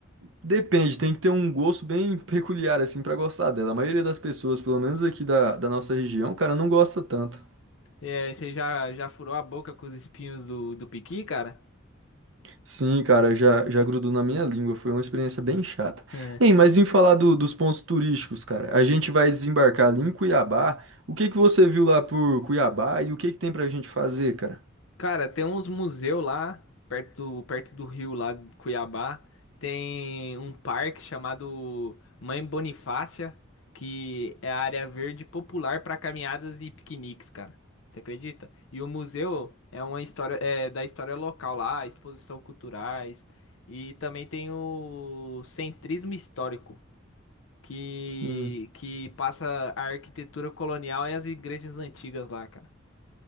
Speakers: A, on the right (about 70°); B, on the left (about 80°).
A: Depende, tem que ter um gosto bem peculiar, assim, pra gostar dela. A maioria das pessoas, pelo menos aqui da, da nossa região, cara, não gosta tanto.
B: É, você já, já furou a boca com os espinhos do, do piqui, cara? <laughs>
A: Sim, cara, já, já grudou na minha língua, foi uma experiência bem chata.
B: É.
A: Ei, mas em falar do- dos pontos turísticos, cara, a gente vai desembarcar ali em Cuiabá. O que que você viu lá por Cuiabá e o que que tem pra gente fazer, cara?
B: Cara, tem uns museus lá, perto, do- perto do rio lá de Cuiabá. Tem um parque chamado Mãe Bonifácia, que é a área verde popular para caminhadas e piqueniques, cara. Você acredita? E o museu é uma história é, da história local lá, exposição culturais. E também tem o centrismo histórico. que,
A: Sim.
B: que passa a arquitetura colonial e as igrejas antigas lá, cara.